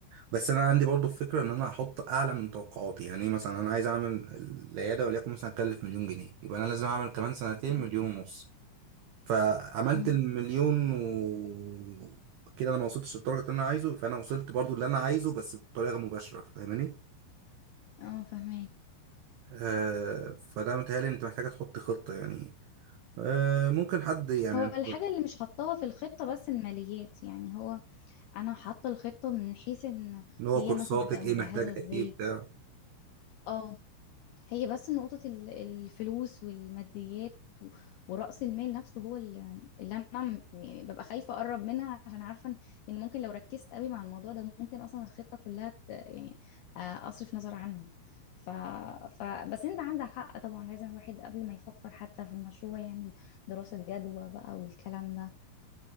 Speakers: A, on the right; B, on the left.
A: بس انا عندي برضو فكره ان انا احط اعلى من توقعاتي يعني إيه مثلا انا عايز اعمل العياده وليكن مثلا اكلف مليون جنيه يبقى انا لازم اعمل كمان سنتين
B: مم.
A: مليون ونص فعملت
B: امم
A: المليون و كده انا ما وصلتش للدرجه اللي انا عايزه فانا وصلت برضو اللي انا عايزه بس بطريقه مباشره فاهماني
B: اه فهماك
A: آه فده متهيألي انت محتاجه تحط خطه يعني آه ممكن حد يعني
B: هو الحاجة اللي مش حطاها في الخطة بس الماليات يعني هو انا حاطة الخطة من حيث ان
A: اللي هو
B: هي
A: كورساتك
B: مثلا هتبقى مجهزة
A: ايه محتاجه
B: ازاي
A: ايه بتاع
B: اه هي بس نقطة ال- الفلوس والماديات و- ورأس المال نفسه هو ال- اللي أنا م- يعني ببقى خايفة أقرب منها عشان عارفة إن إن ممكن لو ركزت قوي مع الموضوع ده ممكن أصلا الخطة كلها ت- يعني آه، أصرف نظر عنها ف... ف... بس أنت عندك حق طبعا لازم الواحد قبل ما يفكر حتى في المشروع يعمل دراسة جدوى بقى والكلام ده